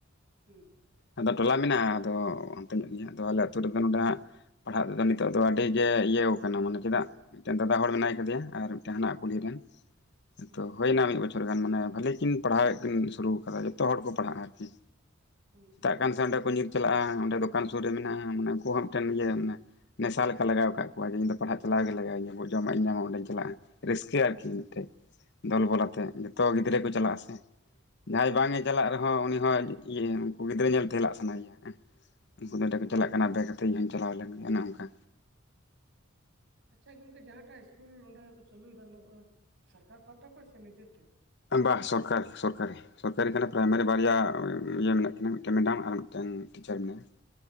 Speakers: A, on the right; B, on the left.
A: ᱦᱩᱸ᱾
B: ᱟᱫᱚ ᱴᱚᱞᱟ ᱢᱮᱱᱟᱜᱼᱟ, ᱟᱫᱚ ᱦᱚᱱᱛᱮ ᱧᱚᱜ ᱜᱮᱭᱟ᱾ ᱟᱫᱚ ᱟᱞᱮ ᱟᱛᱩ ᱨᱮᱫᱚ ᱱᱚᱰᱮ ᱶᱟᱜ ᱯᱟᱲᱦᱟᱜ ᱛᱮᱫᱚ ᱱᱤᱛᱚᱜ ᱫᱚ ᱟᱹᱰᱤ ᱜᱮ ᱤᱭᱟᱹᱣ ᱠᱟᱱᱟ, ᱢᱟᱱᱮ ᱪᱮᱫᱟᱜ! ᱢᱤᱜᱴᱮᱱ ᱫᱟᱫᱟ ᱦᱚᱲ ᱢᱮᱱᱟᱭ ᱠᱟᱫᱮᱭᱟ ᱟᱨ ᱢᱤᱜᱴᱮᱱ ᱦᱟᱱᱟᱜ ᱠᱩᱞᱦᱤ ᱨᱮᱱ,
A: ᱦᱩᱸ
B: ᱛᱚ ᱦᱩᱭᱱᱟ ᱢᱤᱜ ᱵᱚᱪᱷᱚᱨ ᱜᱟᱱ ᱢᱟᱱᱮ ᱵᱷᱟᱹᱞᱤ ᱠᱤᱱ, ᱯᱟᱲᱦᱟᱣᱮᱜ ᱠᱤᱱ ᱥᱩᱨᱩ ᱠᱟᱫᱟ, ᱡᱚᱛᱚ ᱦᱚᱲ ᱠᱚ ᱯᱟᱲᱦᱟᱜᱼᱟ, ᱟᱨᱠᱤ᱾
A: ᱦᱩᱸ᱾
B: ᱛᱟᱜ ᱠᱟᱱ ᱥᱮ ᱚᱸᱰᱮ ᱠᱚ ᱧᱤᱨ ᱪᱟᱞᱟᱜᱼᱟᱸ᱾ ᱚᱸᱰᱮ ᱫᱚᱠᱟᱱ ᱥᱩᱨ ᱨᱮ ᱢᱮᱱᱟᱜᱼᱟ, ᱢᱟᱱᱮ ᱩᱝᱠᱩ ᱦᱚ ᱢᱤᱜᱴᱮᱱ ᱤᱭᱟᱹ ᱢᱟᱱᱮ ᱱᱮᱥᱟ ᱞᱮᱠᱟ ᱞᱟᱜᱟᱣ ᱠᱟᱜ ᱠᱚᱣᱟ, ᱡᱮ ᱤᱧ ᱯᱟᱲᱦᱟᱜ ᱪᱟᱞᱟᱣ ᱜᱮ ᱞᱟᱜᱟᱣᱤᱧᱟᱹ ᱵᱳᱜ ᱡᱚᱢᱟᱜᱼᱤᱧ ᱧᱟᱢᱟ, ᱚᱸᱰᱮᱹᱧ ᱪᱟᱞᱟᱜᱼᱟ᱾ ᱨᱟᱹᱥᱠᱟᱹ
A: ᱦᱩᱸ
B: ᱟᱨᱠᱤ
A: ᱦᱩᱸ
B: ᱢᱤᱜᱴᱮᱡ ᱫᱚᱞ-ᱵᱚᱞᱟᱛᱮᱦ ᱡᱚᱛᱚ ᱜᱤᱫᱽᱨᱟᱹ ᱠᱚ ᱪᱟᱞᱟᱜᱼᱟᱥ ᱮᱸᱦ ᱡᱟᱦᱟᱸᱭ
A: ᱦᱩᱸ
B: ᱵᱟᱝᱮ ᱪᱟᱞᱟᱜ ᱨᱮᱦᱚᱸ, ᱩᱱᱤ ᱦᱚᱸ ᱤᱨᱮ ᱩᱝᱠᱩ ᱜᱤᱫᱽᱨᱟᱹ ᱧᱮᱞᱛᱮ ᱦᱮᱞᱟᱜ ᱥᱟᱱᱟᱭᱭᱟ, ᱮᱸᱦ᱾ ᱩᱝᱠᱩ
A: ᱦᱩᱸ
B: ᱱᱮᱰᱮ ᱠᱚ ᱪᱟᱞᱟᱜ ᱠᱟᱱᱟ ᱵᱮᱜᱟᱛᱮᱹ, ᱤᱧ ᱦᱚᱹᱧ ᱪᱟᱞᱟᱣ ᱞᱮᱱ ᱜᱮ ᱚᱱᱮ ᱚᱝᱠᱟ᱾
A: ᱟᱪᱪᱷᱟ ᱜᱚᱝᱠᱮ, ᱡᱟᱦᱟᱸᱴᱟᱜ 'ᱤᱥᱠᱩᱞ' ᱚᱸᱰᱮ ᱠᱚ ᱪᱟᱹᱞᱩᱭᱮᱫᱟ, ᱚᱱᱟ ᱫᱚ 'ᱥᱟᱨᱠᱟᱨ' ᱯᱟᱦᱴᱟ ᱠᱷᱚᱡ ᱥᱮ ᱱᱤᱡᱮᱨ ᱛᱮ?
B: ᱵᱟᱦ 'ᱥᱚᱨᱠᱟᱨ', 'ᱥᱚᱨᱠᱟᱨᱤᱦ'᱾ 'ᱥᱚᱨᱠᱟᱨᱤ' ᱠᱟᱱᱟ 'ᱯᱨᱟᱭᱢᱟᱨᱤ' ᱵᱟᱨᱭᱟ ᱩᱸ ᱤᱭᱟᱹ ᱢᱮᱱᱟᱜ ᱠᱤᱱᱟᱹ ᱢᱤᱜᱴᱮᱱ ᱢᱮᱰᱟᱢ ᱟᱨ ᱢᱮᱜᱴᱮᱱ ᱴᱤᱪᱟᱨ ᱢᱮᱱᱟᱭᱟ᱾